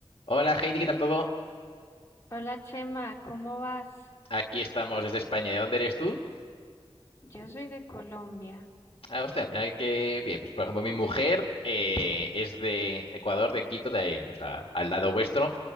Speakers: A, on the left (about 60°); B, on the left (about 25°).
A: Hola Heidi, ¿qué tal todo?
B: Hola Chema, ¿cómo vas?
A: Aquí estamos desde España. ¿De dónde eres tú?
B: Yo soy de Colombia.
A: Ah, hostia, mira que bien. Pues por ejemplo, mi mujer eh, es de Ecuador, de Quito, de, o sea, al lado vuestro.